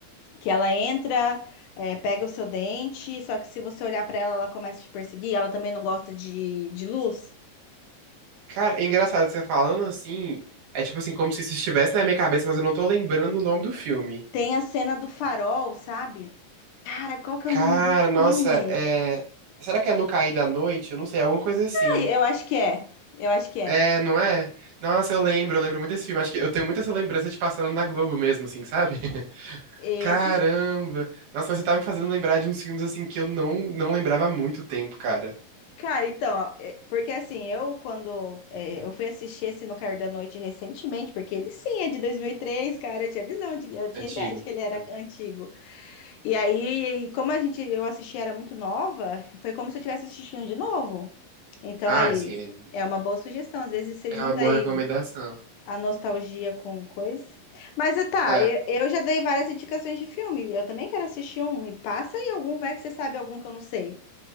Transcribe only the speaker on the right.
Cara, é engraçado você falando assim. É tipo assim, como se isso estivesse na minha cabeça, mas eu não tô lembrando o nome do filme.
Cara,
nossa,
é. Será que é No Cair da Noite? Eu não sei, alguma coisa assim.
É, não é? Nossa, eu lembro, eu lembro muito desse filme. Acho que eu tenho muita essa lembrança de passando na Globo mesmo, assim, sabe? <laughs>
Caramba! Nossa, mas você tá me fazendo lembrar de uns filmes, assim, que eu não, não lembrava há muito tempo, cara.
Antigo.
É.
Ah,
assim, é
é
uma boa
recomendação.
É.